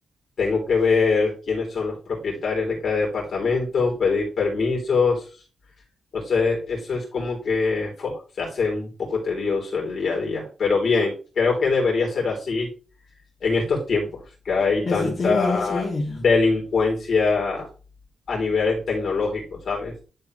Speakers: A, on the left; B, on the left.
A: tengo que ver quiénes son los propietarios de cada departamento, pedir permisos. Entonces, eso es como que fo, se hace un poco tedioso el día a día. Pero bien, creo que debería ser así en estos tiempos, que hay
B: eso
A: tanta
B: te iba a decir.
A: delincuencia a nivel tecnológico, ¿sabes?